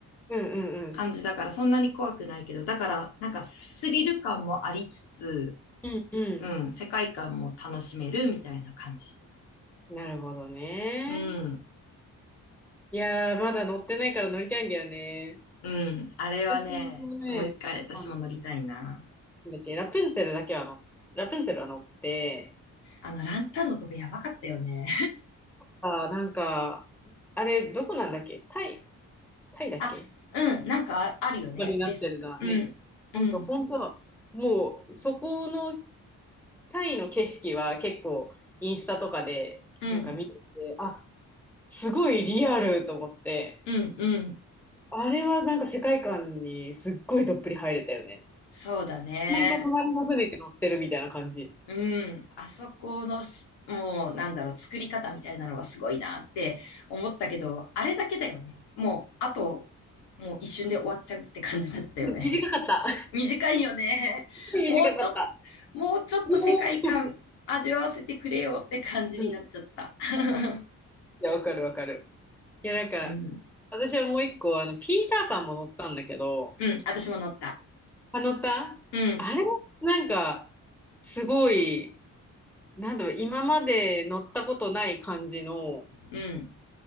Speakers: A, in the centre; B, on the left.
A: うんうん
B: 感じだから、そんなに怖くないけど、だから、なんかスリル感もありつつ、
A: うん。うんう
B: うん、世界観も楽しめるみたいな感じ。
A: ん。なるほどね。
B: うん、
A: いやー、まだ乗ってないから乗りたいんだよね。
B: うん。あれはね、
A: 私もね、
B: もう一回私も乗りたいな。
A: あの、なんだっけ、ラプンツェルだけは乗、ラプンツェルは乗って、
B: あの、ランタンのとこやばかったよね。
A: あ、なんか、あれ、どこなんだっけタイ、
B: <laughs>
A: タイだっけ
B: あ、うん、なんかああるよね、
A: ことになってるのはね。
B: フェス。うん、うん、
A: なんか本当、もうそこのタイの景色は結構インスタとかでなんか見てて、
B: うん、
A: あ、すごいリアルと思って、
B: うん、うん。
A: あれはなんか世界観にすっごいどっぷり入れたよね。
B: そうだね。
A: ほんと隣の船に乗ってるみたいな感じ。
B: うん、あそこのし、もう、なんだろう、作り方みたいなのがすごいなって思ったけど、あれだけだよね。もう、あと、もう一瞬で終わっちゃうって感じだったよね。
A: うん短かった。
B: <laughs> 短いよね。
A: <laughs>
B: <laughs>
A: 短かった。
B: もうちょっもうちょっと世界観味わわせてくれよって感じになっちゃった。
A: <laughs> うおうんい
B: <laughs>
A: や、わかるわかる。いや、なんか、
B: うん。
A: 私はもう一個、あの、ピーターパンも乗ったんだけど、
B: うん、私も乗った。
A: あのたあれ、
B: うん、
A: なんか、すごい、なんだろう、今まで乗ったことない感じの、
B: うん。